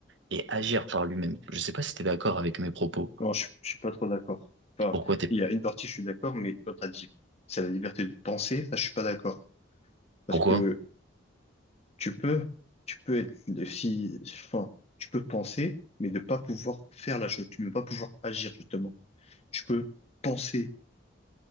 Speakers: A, on the right; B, on the left.
A: et agir par lui-même. Je sais pas si t'es d'accord avec mes propos.
B: Non, je, je suis pas trop d'accord. Enfin,
A: Pourquoi t'es,
B: il y a une partie, je suis d'accord, mais quand t'as dit c'est la liberté de penser, ça, je suis pas d'accord. Parce
A: pourquoi?
B: que tu peux, tu peux être, si, enfin, tu peux penser, mais ne pas pouvoir faire la chose. Tu ne peux pas pouvoir agir, justement. Tu peux penser,